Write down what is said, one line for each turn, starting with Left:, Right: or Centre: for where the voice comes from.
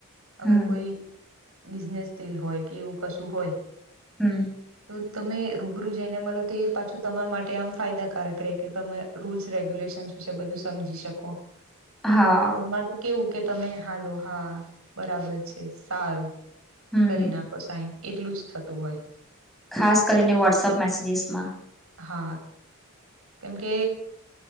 Right: હવે
Centre: હમ
Right: કોઈ બિઝનેસ સ્કિલ હોય કે એવું કશું હોય.
Centre: હમ
Right: તો તમે રૂબરૂ જઈને મળલો તો એ પાછું તમારા માટે આમ ફાયદાકારક રહે કે તમે રૂલ્સ રેગ્યુલેશન બધું સમજી શકો
Centre: હા
Right: અને ફોનમાં તો કેવું કે તમે હાલો હા બરાબર છે સારું
Centre: હમ
Right: કરી નાખો સાઈન એટલું જ થતું હોય
Centre: ખાસ કરીને વોટ્સઅપ મેસેજસમાં
Right: હા કેમ કે